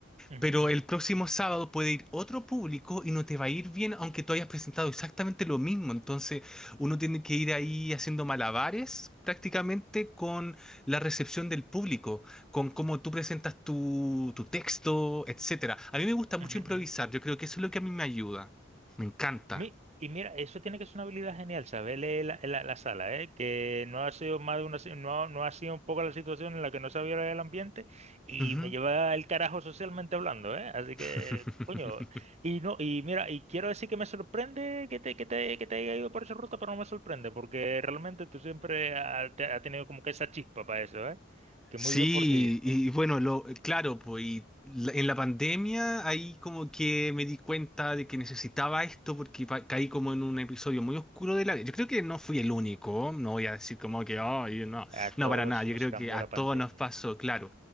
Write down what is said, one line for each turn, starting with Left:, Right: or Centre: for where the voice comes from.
Right: ujú,
Centre: Pero
Right: ujú,
Centre: el
Right: ujú,
Centre: próximo sábado puede ir otro público y no te va a ir bien aunque tú hayas presentado exactamente lo mismo. Entonces uno tiene que ir ahí haciendo malabares prácticamente con la recepción del público, con cómo tú presentas tu, tu texto, etcétera. A mí me gusta
Right: ujú,
Centre: mucho
Right: ujú,
Centre: improvisar.
Right: ujú.
Centre: Yo creo que eso es lo que a mí me ayuda. Me encanta.
Right: Mi- y mira, eso tiene que ser una habilidad genial, saber leer la, la- la sala, ¿eh? Que no ha sido más de una, si- no, no ha sido un poco la situación en la que no sabía leer el ambiente y
Centre: Ujú.
Right: me lleva el carajo socialmente hablando, ¿eh? Así que,
Centre: <laughs>
Right: coño, y no, y mira, y quiero decir que me sorprende que te, que te, que te haya ido por esa ruta, pero no me sorprende, porque realmente tú siempre has, te- has tenido como que esa chispa para eso, ¿eh? Que
Centre: Sí,
Right: muy bien por ti, viejo.
Centre: y, y bueno, lo, claro, pues y la- en la pandemia ahí como que me di cuenta de que necesitaba esto porque pa- caí como en un episodio muy oscuro de la vida. Yo creo que no fui el único, no voy a decir como que, "Ay, no,
Right: A todos
Centre: no, para nada, yo
Right: nos
Centre: creo
Right: cambió
Centre: que a
Right: la pandemia.
Centre: todos nos pasó, claro.